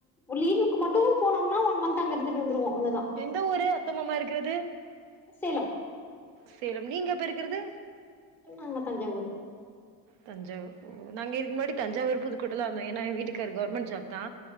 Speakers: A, in the centre; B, on the right.
A: லீவுக்கு மட்டும் போனாங்கனா ஒன் மந்த் அங்க இருந்துட்டு வருவ அவ்வளதா
B: எந்த ஊரு அத்தா மாமா இருக்குறது
A: சேலம்
B: சேலம் நீங்க இப்ப இருக்குறது
A: நாங்க தஞ்சாவூர்
B: தஞ்சாவூர்ஓ நாங்க இதுக்கு முன்னாடி தஞ்சாவூர் புதுக்கோட்டை ல இருந்தோம் ஏன்னா எய வீட்டுக்காரு கவர்மெண்ட் ஜாப் தா